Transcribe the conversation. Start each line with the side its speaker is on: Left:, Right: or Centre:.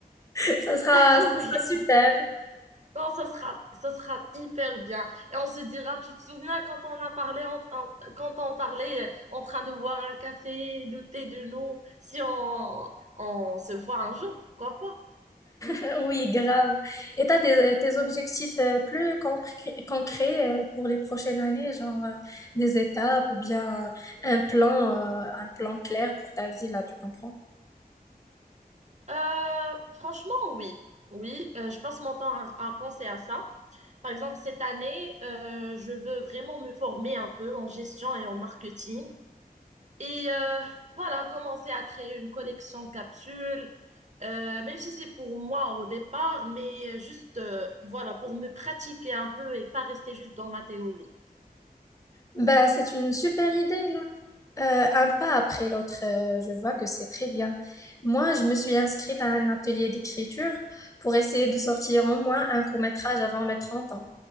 Left: <laughs> Ça sera,
Right: <laughs>
Left: ça sera
Right: Oui.
Left: super.
Right: Non, ça sera, ça sera hyper bien. Et on se dira, tu te souviens quand on a parlé, en, en- quand on parlait euh, en train de boire un café, douter de nous, si on, on se voit un jour, pourquoi pas?
Left: Euh, Oui, grave. Et t'as des, euh, tes objectifs euh, plus concr- concrets euh, pour les prochaines années, genre euh, des étapes ou bien un plan, euh, un plan clair pour ta vie, là, tu comprends?
Right: Euh, franchement, oui. Oui, euh, je passe mon temps à, à penser à ça. Par exemple, cette année, euh, je veux vraiment me former un peu en gestion et en marketing. Et euh, voilà, commencer à créer une collection capsule, euh, même si c'est pour moi au départ, mais juste euh, voilà, pour me pratiquer un peu et pas rester juste dans la théorie.
Left: Bah, c'est une super idée, là. Euh, un pas après l'autre, euh, je vois que c'est très bien. Moi, je me suis inscrite à un atelier d'écriture pour essayer de sortir au moins un court-métrage avant mes 30 ans.